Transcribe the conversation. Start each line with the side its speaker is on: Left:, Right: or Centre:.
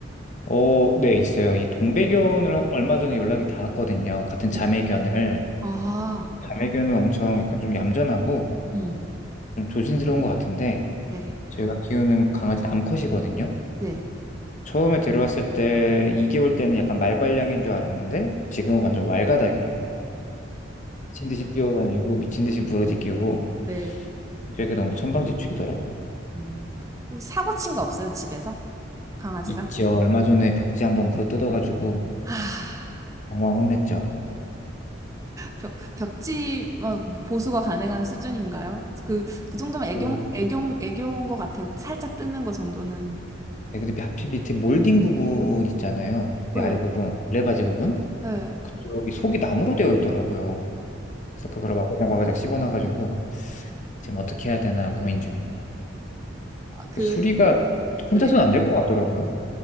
Left: 어, 네, 있어요. 이 동배견을 한- 얼마 전에 연락이 닿았거든요. 같은 자매견을.
Right: 네. 아,
Left: 자매견은 엄청 약간 좀 얌전하고
Right: 음,
Left: 좀 조심스러운 것 같은데
Right: 네,
Left: 저희가 키우는 강아지 남컷이거든요.
Right: 네,
Left: 처음에 데려왔을 때 2개월 때는 약간 말괄량인 줄 알았는데 지금은 완전 왈가닥이에요. 미친 듯이 뛰어다니고 미친 듯이 부러지끼고
Right: 네.
Left: 그게 너무 천방지축이더라고요.
Right: 음, 혹시 사고 친 거 없어요, 집에서? 강아지가?
Left: 있죠. 얼마 전에 벽지 한번 물어 뜯어가지고
Right: 아.
Left: 엉망 혼냈죠.
Right: 벽, 벽지 어, 보수가 가능한 수준인가요? 그, 그 정도면 애교,
Left: 그
Right: 애교, 애교인 것 같아요. 살짝 뜯는 거 정도는.
Left: 네, 근데 하필 밑에 몰딩 부분 있잖아요. 벽지
Right: 예,
Left: 아래 부분, 걸레바지 부분
Right: 예.
Left: 그쪽이 속이 나무로 되어 있더라고요. 그래서 그걸 와그작 와그작 씹어놔가지고 지금 어떻게 해야 되나 고민 중입니다.
Right: 아, 그,
Left: 수리가
Right: 네.
Left: 혼자서는 안 될 것 같더라고요.